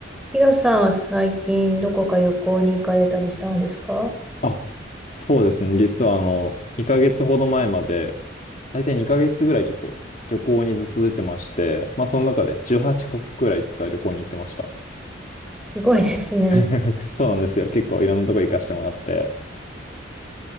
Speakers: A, in the centre; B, on the left (about 40°).
A: ヒロさんは最近どこか旅行に行かれたりしたんですか
B: あ、そうですね。実はあの、2ヶ月ほど前まで、大体2ヶ月ぐらいちょっと旅行にずっと出てまして、まあその中で18カ国ぐらい実は旅行に行ってました。
A: すごいですね。
B: <laughs> そうなんですよ。結構いろんなとこ行かせてもらって。